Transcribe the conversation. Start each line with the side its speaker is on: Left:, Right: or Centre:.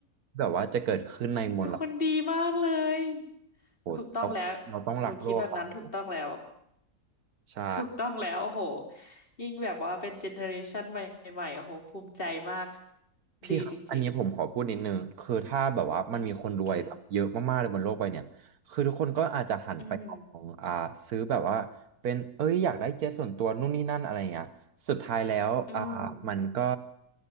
Right: แบบว่าจะเกิดขึ้นในมล
Left: เป็นคนดีมากเลย
Right: โหเราเราต้องรักโลกครับผม
Left: ถูกต้องแล้วหนูคิดแบบนั้นถูกต้องแล้ว
Right: ใช่
Left: ถูกต้องแล้วโอ้โหยิ่งแบบว่าเป็นเจเนอเรชันใหม่ๆโอ้โหภูมิใจมาก
Right: พี่ครับอันนี้ผมขอพูดนิดนึงคือถ้าแบบว่ามันมีคนรวยแบบเยอะมากๆเลยบนโลกใบเนี่ยคือทุกคนก็อาจจะหันไปของอ่าซื้อแบบว่าเป็นเอ้ยอยากได้เจ็ตส่วนตัวนู่นนี่นั่นอะไรเงี้ยสุดท้ายแล้วอ่ามันก็
Left: ดีจริงๆอืมอืมอืม